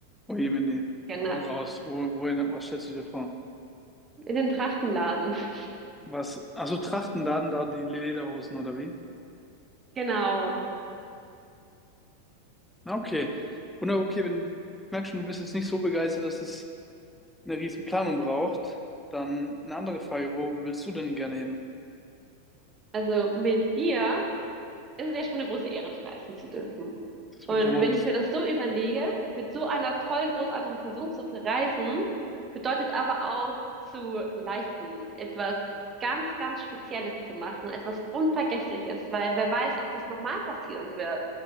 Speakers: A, in the centre; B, on the right.
A: Oh je, meine.
B: Genau.
A: Hau raus. Wo, wohin, was stellst du dir vor?
B: In den Trachtenladen. <laughs>
A: Was? Also Trachten dann da die Lederhosen oder wie?
B: Genau.
A: Na, Okay. Wunder, okay, wenn, ich merke schon, du bist jetzt nicht so begeistert, dass es eine riesen Planung braucht. Dann eine andere Frage. Wo willst du denn gerne hin?
B: Also mit dir ist es ja schon eine große Ehre, verreisen zu dürfen.
A: Das
B: Und
A: würde ich auch mal
B: wenn
A: so.
B: ich mir das so überlege, mit so einer tollen, großartigen Person zu verreisen, bedeutet aber auch zu leisten, etwas ganz, ganz Spezielles zu machen, etwas Unvergessliches, weil wer weiß, ob das nochmal passieren wird.